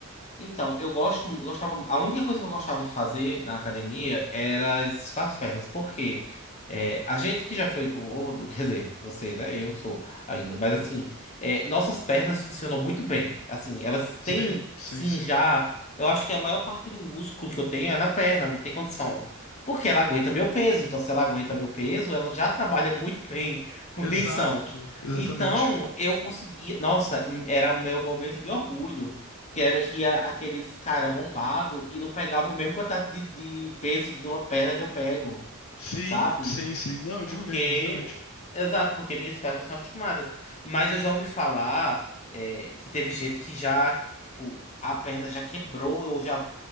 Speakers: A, on the left; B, on the left.
A: Então, eu gosto, eu gostava, a única coisa que eu gostava de fazer na academia era exercício com as pernas, porque é, a gente que já foi gordo, <laughs> quer dizer, você, né? Eu sou ainda, mas assim, é, nossas pernas funcionam muito bem. Assim, elas
B: Sim,
A: têm,
B: sim,
A: sim,
B: sim.
A: já. Eu acho que a maior parte do músculo que eu tenho é na perna, não tem condição. Porque ela aguenta meu peso, então se ela aguenta meu peso, ela já trabalha muito bem <laughs> com
B: Exato,
A: tensão.
B: exatamente.
A: Então, eu conseguia. Nossa, hum, era o meu momento de orgulho. Que era que a- aqueles cara bombado e não pegava o mesmo quantidade de, de peso de uma perna que eu pego,
B: Sim,
A: sabe?
B: sim, sim. Não, eu
A: Porque.
B: digo mesmo, exatamente.
A: Exato, porque minhas pernas são acostumadas. Mas eu já ouvi falar é, que teve gente que já, tipo, a perna já quebrou ou já